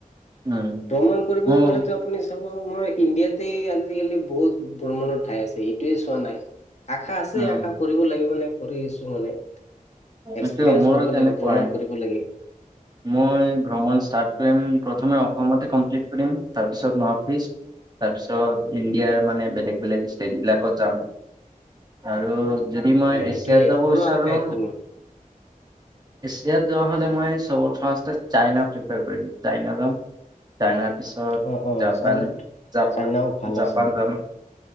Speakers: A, on the right; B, on the left.
A: উম উম
B: ভ্ৰমণ কৰিব
A: মোৰ
B: গ'লেতো আপো আপুনি চাব মই ইণ্ডিয়াতে আজিকালি বহুত ভ্ৰমণৰ ঠাই আছে, সেইটোৱে চোৱা নাই। আশা আছে
A: উম
B: আশা কৰিব লাগে, মানে কৰি আছো আৰু এক্সপিৰিয়েঞ্চ
A: এইটো মোৰো
B: ল'ব
A: তেনেকুৱাই।
B: লাগে, ভ্ৰমণ কৰিব লাগে।
A: মই ভ্ৰমণ ষ্টাৰ্ট কৰিম, প্ৰথমে অসমতে কমপ্লিট কৰিম তাৰপিছত নৰ্থ ইষ্ট। তাৰপিছত ইণ্ডিয়াৰ মানে বেলেগ বেলেগ ষ্টেট বিলাকত যাম, আৰু যদি মই
B: অ সেইটোয়ে
A: এছিয়াত যাব
B: মোৰো
A: বিচাৰো
B: আশা এইটো
A: এছিয়াত যোৱা হ'লে মই চ, ফাৰ্ষ্ট চাইনা প্ৰিফাৰ কৰিম, চাইনা যাম। চাইনাৰ পিছত
B: অ অ
A: জাপান,
B: চাইনাত
A: জাপা-জাপান
B: চাইনাও ভাল আছে
A: যাম।